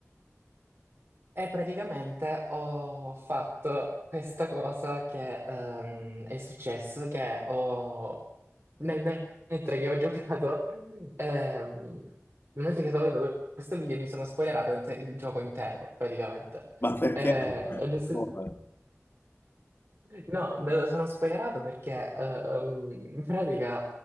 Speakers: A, on the right (about 50°); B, on the left (about 45°).
A: e praticamente ho fatto questa cosa che ehm, è successo, che ho, nel me- mentre che ho giocato, ehm, nel mentre che stavo vedendo questo video mi sono spoilerato inte- il gioco intero, praticamente.
B: Ma perché?
A: Eh, ed è se-
B: Come?
A: No, me lo sono spoilerato perché ehm, in pratica